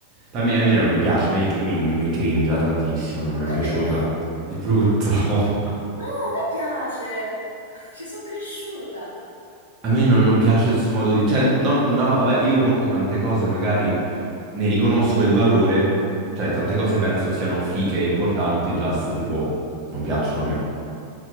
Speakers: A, on the right; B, on the right.
A: Per me Eminem non mi piace,
B: Sì.
A: mi, mi, mi cringia tantissimo, non mi è mai
B: Davvero?
A: piaciuto. Di brutto. <laughs>
B: No, a me piace! <laughs> Ci sono cresciuta.
A: A me non, non piace il suo modo di... Cioè,
B: <laughs>
A: non- no, ma vabbè, io comunque tante cose magari ne riconosco il valore, cioè tante cose penso siano fiche, importanti, just tipo, non piacciono a me.